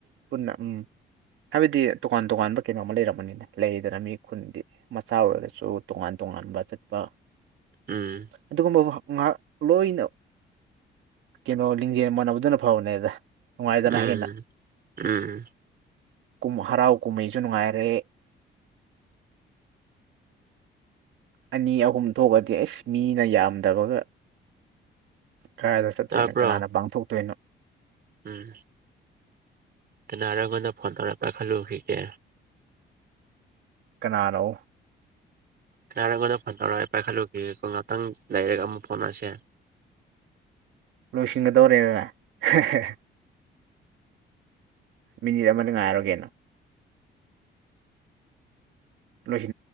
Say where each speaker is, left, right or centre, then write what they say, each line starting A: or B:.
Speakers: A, on the right; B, on the right.
A: ꯄꯨꯟꯅ ꯎꯝ ꯍꯥꯏꯕꯗꯤ ꯇꯣꯀꯥꯟ ꯇꯣꯉꯥꯟꯕ ꯀꯩꯅꯣꯝ ꯑꯃ ꯂꯩꯔꯝꯕꯅꯤꯅ ꯂꯩꯗꯅ ꯃꯤ ꯈꯨꯟꯗꯤ ꯃꯆꯥ ꯑꯣꯏꯔꯒꯁꯨ ꯇꯣꯉꯥꯟ ꯇꯣꯉꯥꯟꯕ ꯆꯠꯄ
B: ꯎꯝ
A: ꯑꯗꯨꯒꯨꯝꯕ ꯉꯥꯏꯍꯥꯛ ꯂꯣꯏꯅ ꯀꯩꯅꯣ ꯂꯤꯡꯖꯦꯜ ꯃꯥꯟꯅꯕꯗꯨꯅ ꯐꯕꯅꯦꯗ ꯅꯨꯡꯉꯥꯏꯗꯅ
B: ꯎꯝ
A: ꯍꯦꯟꯅ
B: ꯎꯝ
A: ꯀꯨꯝ ꯍꯔꯥꯎ ꯀꯨꯝꯍꯩꯁꯨ ꯅꯨꯡꯉꯥꯏꯔꯦ ꯑꯅꯤ ꯑꯍꯨꯝ ꯊꯣꯛꯑꯗꯤ ꯑꯁ ꯃꯤꯅ ꯌꯥꯝꯗꯕꯒ ꯀꯗꯥꯥꯏꯗ ꯆꯠꯇꯣꯏꯅꯣ
B: ꯇꯥꯕ꯭ꯔꯣ
A: ꯀꯅꯥꯅ ꯄꯥꯡꯊꯣꯛꯇꯣꯏꯅꯣ
B: ꯎꯝ ꯀꯅꯔꯦ ꯑꯩꯉꯣꯟꯗ ꯐꯣꯟ ꯇꯧꯔꯛꯄ ꯄꯥꯏꯈꯠꯂꯨꯈꯤꯒꯦ
A: ꯀꯅꯥꯅꯣ
B: ꯇꯔꯛꯄꯗ ꯐꯣꯟ you ꯇꯧꯔꯛꯑꯣ ꯑꯩ ꯄꯥꯏꯈꯠꯂꯨꯈꯤꯒꯦꯀꯣ ꯎꯝ꯫ ꯂꯥꯏꯔꯛ ꯑꯃꯨꯛ ꯐꯥꯎꯅꯁꯦ
A: ꯂꯣꯏꯁꯤꯟꯒꯗꯧꯔꯦꯗꯅ ꯍꯦ ꯍꯦ ꯃꯤꯅꯤꯠ ꯑꯃꯗ ꯉꯥꯏꯔꯒꯦꯅ ꯂꯣꯏꯁꯤ